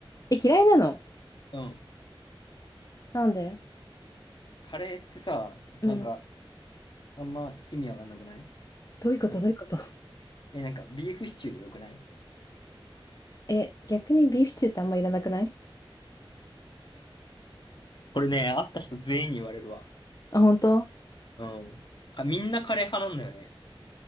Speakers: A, on the left; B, on the left.
A: え、嫌いなの
B: うん。
A: なんで
B: カレーってさ、なんか、
A: うん。
B: あんま意味わかんなくない
A: どういうことどういうこと
B: なんか、え、なんか、ビーフシチューでよくない
A: え、逆にビーフシチューってあんまいらなくない
B: これね、会った人全員に言われるわ。
A: あ、本当
B: うん。か、みんなカレー派なんだよね。